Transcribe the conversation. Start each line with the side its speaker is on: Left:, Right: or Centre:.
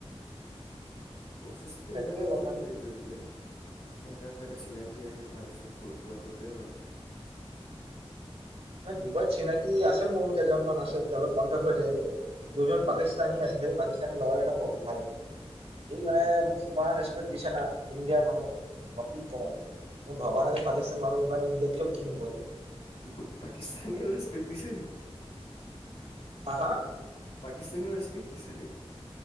Left: প্ৰচেছটো তেনেকুৱা
Right: সেইটোয়ে
Left: টাইপৰে
Right: কথা
Left: হয়, গৈ পেলাই। এটাৰ পৰা এটা চিনাকি আহে, তাৰ পিছত সৰু - সুৰা কৰি পেলাই বাঢ়ে।
Right: ডুবাইত চিনাকি আছে মোৰ কেইজন মান আছে, তেওঁলোকৰ কণ্টেক্ট হৈ থাকে। দুজন পাকিস্তানী
Left: অ
Right: আছে। পাকিস্তানী ল'ৰা কেইটা বহুত ভাল, সি মানে মোক ইমান ৰেচপেক্ট দিছে না, ইণ্ডিয়াৰ মানুহ কি কম, মই ভবা নাই যে পাকিস্তান মানুহ ইমান ইণ্ডিয়াত কে ভাল।
Left: বা, পাকিস্তানীও ৰেচপেক্ট দিছে নি?
Right: হা- হা।
Left: পাকিস্তানীও ৰেচপেক্ট দিছে নে?